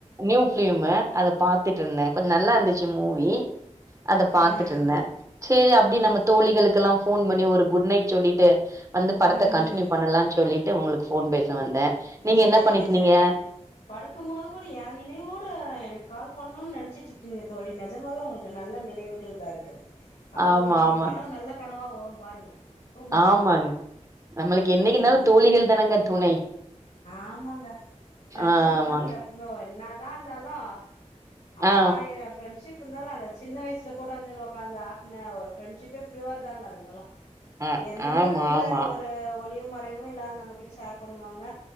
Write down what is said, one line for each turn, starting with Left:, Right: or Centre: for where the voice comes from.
Right: நியூ ஃபிலிமு அத பாத்துட்டு இருந்தே கொஞ்ச நல்லா இருந்துச்சி மூவி அத பாத்துட்டு
Left: ம்
Right: இருந்தே சேரி அப்டி
Left: ம்
Right: நம்ம தோழிகளுக்கெல்லா ஃபோன் பண்ணி ஒரு குட் நைட் சொல்லிட்டு வந்து படத்த
Left: ம்
Right: கண்டினியூ
Left: ம்
Right: பண்ணலானு சொல்லிட்டு உங்களுக் ஃபோன் பேச வந்தே நீங்க
Left: சேரிங்கச்ச
Right: என்ன பண்ணிட்டு இருந்தீங்க
Left: படுக்கும்போது கூட எயா நினைவோடு எனக்கு கால் பண்ணோன்னு நெனைச்சிட்டு இருக்கீங்க தோழி நெஜமாவே உங்களுக் எனக் நல்ல நினவுகள் தா இருக்கு அப்போ
Right: ஆமா
Left: உங்களுக்கு இன்னைக்கு
Right: ஆமா
Left: கனவு நல்ல கனவா வரும் பாருங்க தூங்கும்போது
Right: ஆமாங்க நம்மளுக்கு என்னைக்கி
Left: ம்
Right: நாளு தோழிகள் தானங்க துணை
Left: ஆமாங்க ஃப்ரெண்ட்ஷிப்
Right: ஆமாங்க
Left: தாங்க எப்பவுமே என்னாதா இருந்தாலு ஆயிரோ
Right: ஆ
Left: ஃப்ரெண்ட்ஷிப் ப்பு இருந்தாலு அந்த சின்ன வயசுல கூட்டாஞ்சோரு ஒக்காந்து ஆக்குன ஒரு ஃப்ரெண்ட்ஷிப்பே பியூர் தாங்க அதெல்லா
Right: ஆ
Left: எந்த
Right: ஆமா ஆமா
Left: ஒரு ஒளிவு மறைவு இல்லாது நம்ம கிட்ட ஷேர் பண்ணுவாங்க